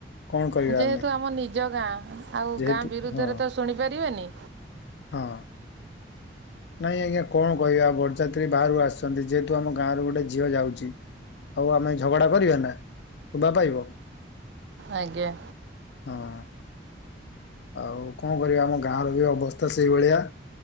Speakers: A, on the left; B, on the right.
A: କଣ କରିବା
B: ଯେହେତୁ
A: ଆମେ
B: ଆମ ନିଜ ଗାଁ ଆଉ
A: ଯେହେତୁ
B: ଗାଁ ବିରୁଦ୍ଧରେ
A: ହଁ।
B: ତ ଶୁଣିପାରିବାନି।
A: ହଁ। ନାଇଁ ଆଜ୍ଞା କଣ କହିବା ବରଯାତ୍ରୀ ବାହାରୁ ଆସିଛନ୍ତି ଯେହେତୁ ଆମ ଗାଁ ରୁ ଗୋଟେ ଝିଅ ଯାଉଛି। ଆଉ ଆମେ ଝଗଡ଼ା କରିବା ନା ଶୋଭା ପାଇବ।
B: ଆଜ୍ଞା।
A: ହଁ। ଆଉ କଣ କରିବା ଆମ ଗାଁର ବି ଅବସ୍ଥା ସେଇଭଳିଆ।